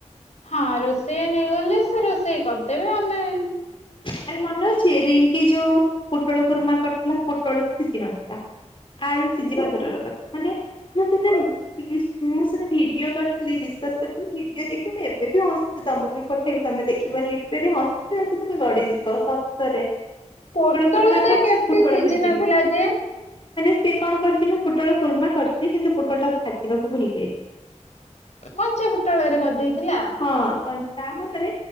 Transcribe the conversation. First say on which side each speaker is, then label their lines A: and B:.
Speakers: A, on the left (about 65°); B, on the left (about 45°).
A: ହଁ ରୋଷେୟା ନେଇଗଲେ ସେ। <unintelligible> କରି ଦେବ ଆମେ
B: ଆରେ ମନେ ଅଛି ରିଙ୍କି ଯୋଉ ପୋଟଳ କୁର୍ମା କରିଥିଲା ପୋଟଳ ତ ସିଝି ନଥିଲା। ଆଳୁ ସିଝିବା ଦୂରର କଥା ମାନେ ମୁଁ ସେଟା ମୁଁ ସେ ଭିଡିଓ କରିଥିଲି ବିଶ୍ୱାସ କରିବନି ଭିଡିଓ ଦେଖିକି ମୁଁ ଏବେ ବି ହସୁ ତମକୁ ବି ପଠେଇବି ତମେ ଦେଖିବ ଲି ବୋଲି ହସି ହସି ତମେ ଗଡିଯିବ ସତରେ।
A: ପୋଟଳ
B: କୁର୍ମା
A: ଟା
B: କରିଛି
A: କେମିତି
B: ପୋଟଳ
A: ସିଜି
B: ସିଝିନି
A: ନଥିଲା ଯେ?
B: ମାନେ ସେ କଣ କରିଛି ନା ପୋଟଳ କୁର୍ମା କରିଛି କିନ୍ତୁ ପୋଟଳଟା ଭାଜିବାକୁ ଭୁଲି ଯାଇଛି।
A: କଞ୍ଚା ପୁଟଳରେ କରିଦେଇଥିଲା।
B: ହଁ କଣ ତା ମତରେ